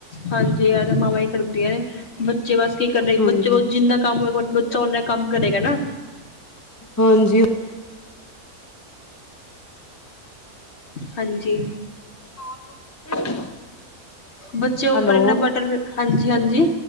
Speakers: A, on the left; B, on the left.
A: ਹਾਂਜੀ ਆ ਤੇ ਮਾਵਾਂ ਹੀ ਕਰਦੀਆਂ। ਬੱਚੇ ਬਸ ਕੀ ਕਰ ਰ
B: ਹਾਂਜੀ
A: ਬੱਚੇ ਕੋਲ ਜਿੰਨਾ ਕੰਮ ਹੋਗਾ ਬੱਚਾ ਓਨਾ ਕੰਮ ਕਰੇਗਾ ਨਾ।
B: ਹਾਂਜੀ।
A: ਹਾਂਜੀ।
B: <unintelligible>
A: ਬੱਚੇ ਉੱਪਰ
B: ਹੈਲੋ
A: ਇੰਨਾ ਬਟਰ ਹਾਂਜੀ-ਹਾਂਜੀ,